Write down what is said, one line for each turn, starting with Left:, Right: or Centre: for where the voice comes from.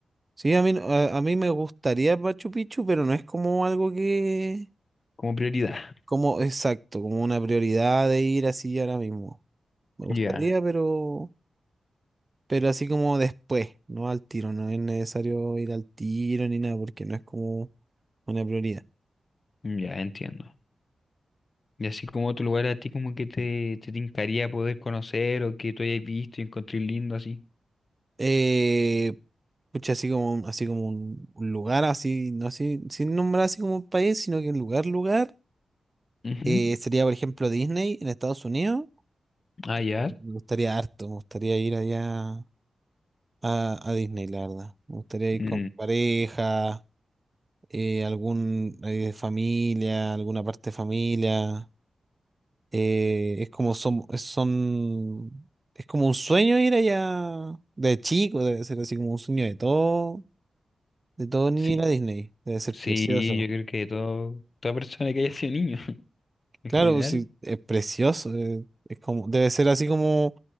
Right: Sí, a mí, no- a, a mí me gustaría Machu Picchu, pero no es como algo que,
Left: como prioridad. <laughs>
Right: como exacto, como una prioridad de ir así ahora mismo. Me gustaría,
Left: Ya,
Right: pero, pero así como después, no al tiro, no es necesario ir al tiro ni nada, porque no es como una prioridad.
Left: ya, entiendo. Y así como otro lugar a ti como que te, te tincaría poder conocer o que tú hayas visto y encontré lindo así.
Right: Eh, pucha, así como, un- así como un, un lugar, así, no así, sin nombrar así como un país, sino que un lugar, lugar.
Left: Ujú.
Right: eh, sería, por ejemplo, Disney en Estados Unidos.
Left: Ah,
Right: Eh,
Left: ya.
Right: Me gustaría harto, me gustaría ir allá a, a Disney, la verdad. Me gustaría ir
Left: Mm,
Right: con mi pareja, eh, algún eh, familia, alguna parte de familia. Eh, es como son, es- son, es como un sueño ir allá de chico, debe ser así como un sueño de todo De todo niño
Left: sí,
Right: ir a Disney. Debe ser
Left: sí,
Right: precioso.
Left: yo creo que todo, toda persona que haya sido niño. en
Right: Claro,
Left: general.
Right: pues sí, es precioso. eh, Es como, debe ser así como